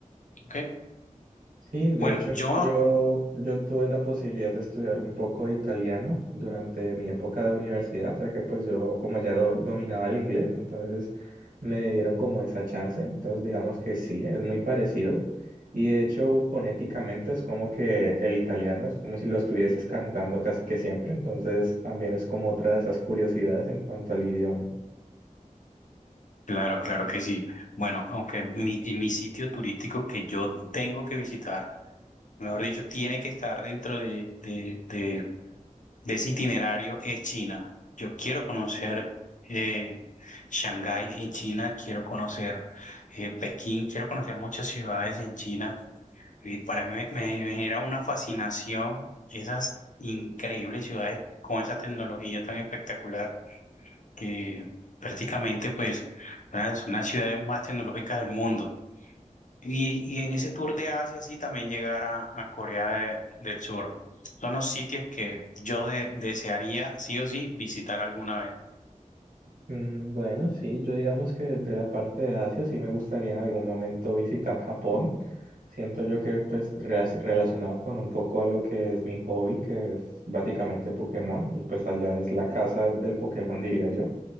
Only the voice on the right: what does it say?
Sí, de
hecho,
yo, yo tuve la posibilidad de estudiar un poco de italiano durante mi época de universidad, ya que pues yo como ya do- dominaba el inglés, entonces me dieron como esa chance. Entonces digamos que sí, es muy parecido. Y de hecho, fonéticamente es como que el italiano es como si lo estuvieses cantando casi que siempre, entonces también es como otra de esas curiosidades en cuanto al idioma.
Mm, Bueno, sí, yo digamos que de la parte de Asia sí me gustaría en algún momento visitar Japón. Siento yo que pues relaci- relacionado con un poco a lo que es mi hobby, que es básicamente Pokémon, y pues allá es la casa del Pokémon, <laughs> diría yo.